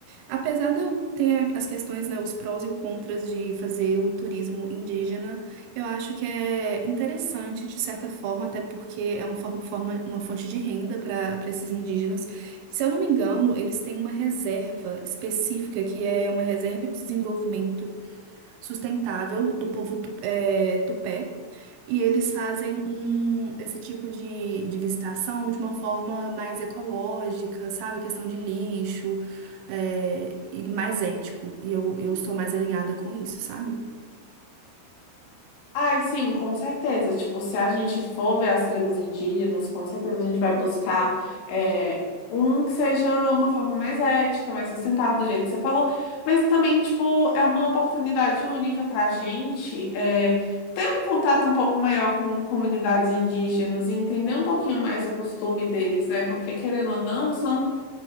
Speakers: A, on the right; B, on the left.
A: Apesar de eu ter as questões, né, os prós e os contras de fazer o turismo indígena, eu acho que é interessante, de certa forma, até porque é uma for- forma, uma fonte de renda para para esses indígenas. Se eu não me engano, eles têm uma reserva específica, que é uma reserva de desenvolvimento sustentável do povo tu- é, tupé. E eles fazem um, esse tipo de, de visitação de uma forma mais ecológica, sabe? Questão de lixo, é, e mais ético. E eu, eu sou mais alinhada com isso, sabe?
B: Ai, sim, com certeza. Tipo, se a gente for ver as tribos indígenas, com certeza a gente vai buscar é, um que seja uma forma mais ética, mais sustentável, do jeito que você falou. Mas também, tipo, é uma oportunidade única para a gente é, ter um contato um pouco maior com comunidades indígenas, e entender um pouquinho mais o costume deles, né? Porque, querendo ou não, são